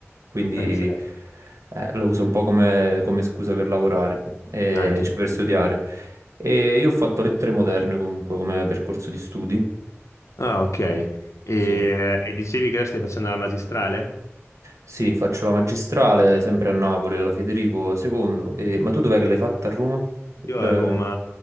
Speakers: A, on the right; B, on the left.
A: Quindi
B: Eh, certo.
A: eh, lo uso un po' come, come scusa per lavorare, eh,
B: Ah, è giustissimo.
A: cioè per studiare. E io ho fatto lettere moderne comunque come percorso di studi.
B: Ah, ok. E, e
A: Sì.
B: dicevi che ora stai facendo la magistrale?
A: Sì, faccio la magistrale sempre a Napoli, alla Federico II. E... Ma tu dov'è che l'hai fatta a Roma?
B: Io
A: Eh,
B: a Roma,